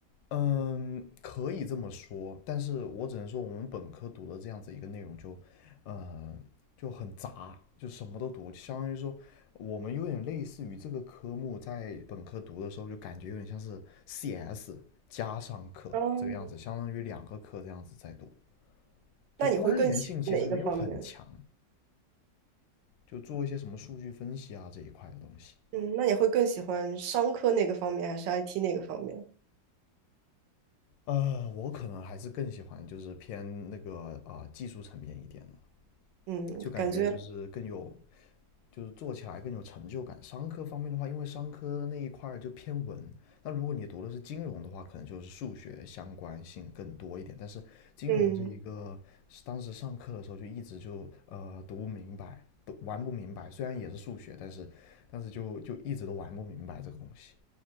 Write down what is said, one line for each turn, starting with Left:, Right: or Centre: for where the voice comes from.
Left: 嗯，可以这么说，但是我只能说我们本科读的这样子一个内容就，呃就很杂，就什么都读，相当于说我们有点类似于这个科目在本科读的时候，就感觉有点像是 CS 加上课这个样子，
Right: 哦，
Left: 相当于两个课这样子在读。就关联性其实没有很强，
Right: 那你会更喜欢哪一个方面？
Left: 就做一些什么数据分析啊这一块的东西。
Right: 嗯，那你会更喜欢商科那个方面，还是 IT 那个方面？
Left: 呃，我可能还是更喜欢就是偏那个啊、呃技术层面一点的。
Right: 嗯，
Left: 就感觉就是更有，
Right: 感觉，
Left: 就是做起来更有成就感。商科方面的话，因为商科那一块就偏文，那如果你读的是金融的话，可能就是数学相关性更多一点。但是金融这一个，
Right: 嗯，
Left: 当时上课的时候就一直就呃读不明白，都玩不明白。虽然也是数学，但是但是就就一直都玩不明白这个东西。